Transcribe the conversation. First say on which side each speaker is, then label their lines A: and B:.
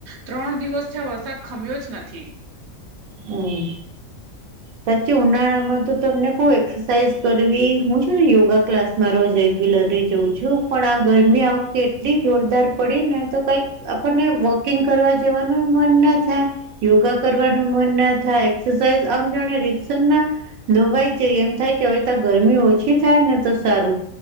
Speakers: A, on the right (about 65°); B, on the right (about 80°).
A: ત્રણ દિવસ થ્યા વરસાદ ખમ્યો જ નથી.
B: હમ. સાચી ઉનાળા માં તો તમને એક્સરસાઇઝ કરવી હું છે ને યોગા ક્લાસ મા રોજ રેગ્યુલરી જઉં છું પણ આ ગરમી આ વખતે એટલી જોરદાર પડી ને તો કઈ આપણને વોકિંગ કરવા જવાનું મન ના થાય, યોગા કરવાનું થાય આમ જા ના, નવાય છે એમ થાય. હવે તો ગરમી ઓછી થાય ને તો સારું.